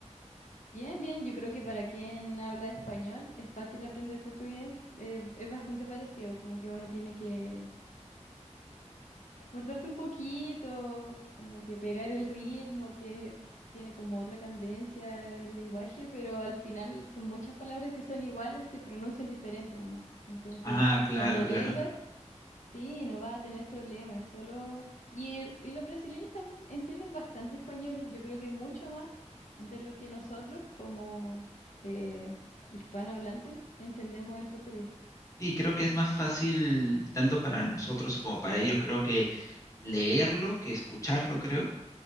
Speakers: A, on the left; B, on the left.
A: Bien, bien, yo creo que para quien habla español es fácil aprender portugués, eh, es bastante parecido, como que uno tiene que esforzarse un poquito, como que pegar el ritmo, que tiene como otra cadencia el lenguaje, pero al final son muchas palabras que son iguales, se pronuncian diferente nomás. Entonces,
B: Ah, claro,
A: cuando
B: claro.
A: vengas, Sí, no va a tener problemas, solo... Y, el- y los brasileños también entienden bastante español, yo creo que mucho más de lo que nosotros como eh, hispanohablantes entendemos el portugués.
B: Sí, creo que es más fácil tanto para nosotros como para ellos, creo que leerlo que escucharlo, creo,